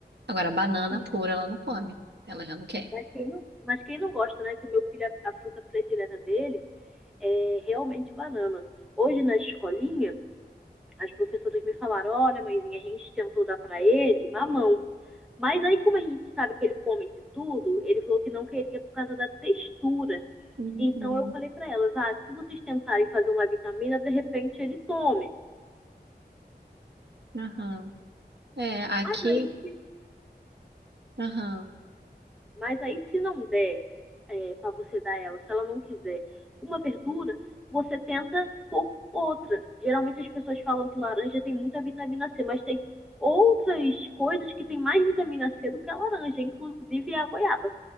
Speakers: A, on the right; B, in the centre.
A: Agora, banana
B: Sim.
A: pura ela não come. Ela já não quer.
B: Mas quem não, mas quem não gosta, né? Que o meu filho, a, a fruta predileta dele é realmente banana. Hoje na escolinha, as professoras me falaram: olha, mãezinha, a gente tentou dar para ele mamão. Mas aí, como a gente sabe que ele come de tudo, ele falou que não queria por causa da textura.
A: Uhum.
B: Então eu falei para elas: ah, se vocês tentarem fazer uma vitamina, de repente ele tome.
A: Aham. É, aqui,
B: Mas aí, se
A: aham.
B: Mas aí, se não der é, para você dar ela, se ela não quiser uma verdura, você tenta pôr outra. Geralmente as pessoas falam que laranja tem muita vitamina C, mas tem outras coisas que tem mais vitamina C do que a laranja, inclusive a goiaba.